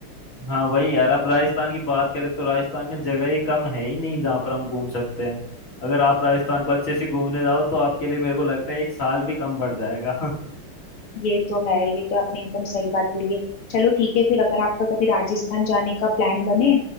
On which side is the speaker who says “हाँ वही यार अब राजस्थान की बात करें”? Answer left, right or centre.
Left